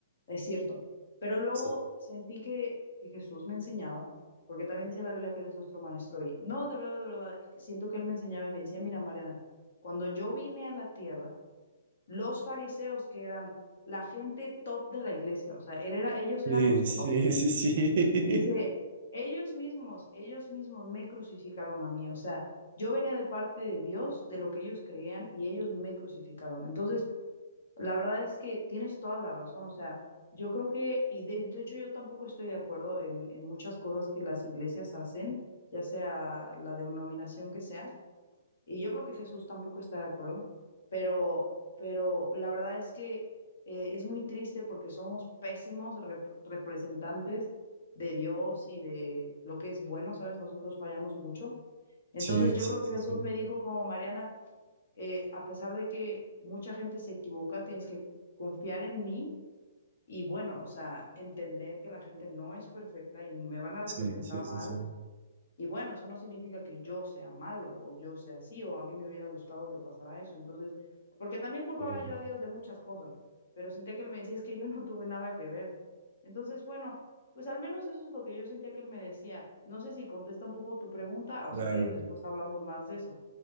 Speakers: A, on the left; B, on the right.
A: es cierto. Pero luego
B: Sí.
A: sentí que, que Jesús me enseñaba porque también dice la Biblia que Él es nuestro maestro. Y no, de verdad, de verdad, siento que Él me enseñaba y me decía, mira, Mariana, cuando yo vine a la tierra, los fariseos que eran la gente top de la iglesia, o sea, él era, ellos
B: Sí,
A: eran los
B: sí,
A: top.
B: sí, sí. <laughs>
A: Dice, ellos mismos, ellos mismos me crucificaron a mí, o sea, yo venía de parte de Dios, de lo que ellos creían, y ellos me crucificaron. Entonces, la verdad es que tienes toda la razón, o sea, yo creo que, y de, de hecho yo tampoco estoy de acuerdo en, en muchas cosas que las iglesias hacen, ya sea la denominación que sea, y yo creo que Jesús tampoco está de acuerdo, pero, pero la verdad es que eh, es muy triste porque somos pésimos rep- representantes de Dios y de lo que es bueno, ¿sabes? Nosotros fallamos mucho. Entonces
B: Sí,
A: yo
B: sí,
A: creo que
B: sí,
A: Jesús
B: sí.
A: me dijo como Mariana eh, a pesar de que mucha gente se equivoca, tienes que confiar en mí y bueno, o sea, entender que la gente no es perfecta y me van a representar
B: Sí, sí,
A: mal.
B: sí, sí.
A: Y bueno, eso no significa que yo sea malo o yo sea así o a mí me hubiera gustado que pasara eso. Entonces, porque también culpaba
B: Bien.
A: yo a Dios de muchas cosas, pero sentía que él me decía, es que yo no tuve nada que ver. Entonces, bueno, pues al menos eso es lo que yo sentía que él me decía. No sé si contesta un poco tu pregunta o
B: Claro.
A: si quieres después hablamos más de eso.